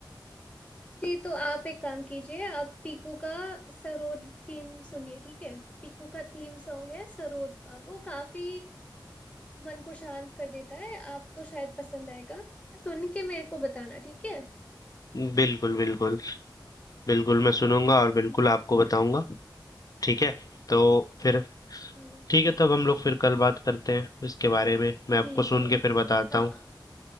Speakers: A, on the left; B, on the left.
A: जी तो आप एक काम कीजिए आप पीकू का सरोद थीम सुनिए ठीक है पीकू का थीम सॉन्ग है सरोद का वो काफी मन को शांत कर देता है आपको शायद पसंद आएगा सुन के मेरे को बताना ठीक है
B: बिल्कुल बिल्कुल बिल्कुल मैं सुनूंगा और बिल्कुल
A: ठीक
B: आपको बताऊंगा ठीक है तो फिर
A: है।
B: ठीक है तब हम लोग फिर कल बात करते हैं इसके बारे में मैं आपको
A: जी जी
B: सुन के फिर बताता
A: हाँ
B: हूँ